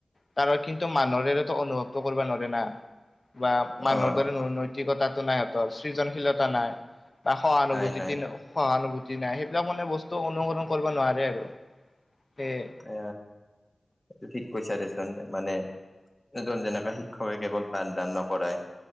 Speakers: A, on the left; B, on the left.
A: তাৰো কিন্তু মানুহৰে টো অনুভৱটো কৰিবা নওৰে না। বা মানুহৰ
B: অ'।
A: দৰে নৈতিকতাটো নাই সিহঁতৰ, সৃজনশীলতা নাই। বা সহানুভূতিতি-সহানুভূতি
B: নাই নাই
A: নাই, সেইবিলাক মানে বস্তু টো অনুসৰন কৰিব নোৱাৰে আৰু। সেয়ে
B: অ, এইটো ঠিক কৈছা দেছ মানে এজন যেনেকা শিক্ষকে কেৱল পাঠদান নকৰাই,